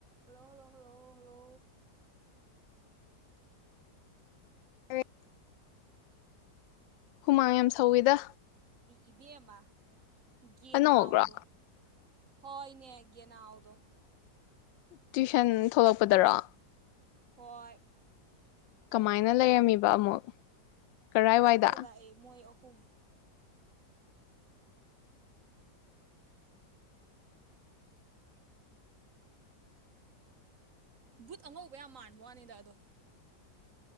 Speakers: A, on the right; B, on the left.
A: hello hello hello hello
B: ꯍꯥꯏꯋ <unintelligible> ꯍꯨꯃꯥꯡ ꯌꯥꯝ ꯁꯧꯋꯤꯗ
A: ꯏꯕꯦꯝꯃꯥ ꯒꯦꯅꯥꯥꯎꯗꯣ
B: ꯑꯅꯧꯕ꯭ꯔꯣ
A: ꯍꯣꯏꯅꯦ ꯒꯦꯅꯥꯎꯗꯣ
B: ꯇꯨꯏꯁꯟ ꯊꯣꯛꯂꯛꯄꯗꯔꯣ
A: ꯍꯣꯏ <inaudible>
B: ꯀꯃꯥꯏꯅ ꯂꯩꯔꯝꯃꯤꯕ ꯑꯃꯨꯛ ꯀꯔꯥꯏꯋꯥꯏꯗ
A: ꯈꯪꯗꯦ ꯂꯥꯛꯑꯦ ꯃꯣꯏ ꯑꯍꯨꯝ ꯕꯨꯠ ꯑꯉꯧꯕ ꯌꯥꯝ ꯃꯥꯟꯕ ꯋꯥꯅꯤꯗ ꯑꯗꯣ